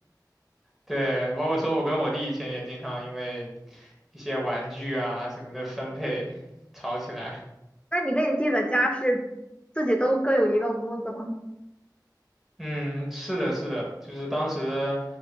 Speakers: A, in the centre; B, on the left (about 15°).
A: 对，包括说我跟我弟以前也经常因为一些玩具啊什么的分配吵起来。
B: 那你跟你弟的家是自己都各有一个屋子吗？
A: 嗯，是的，是的，就是当时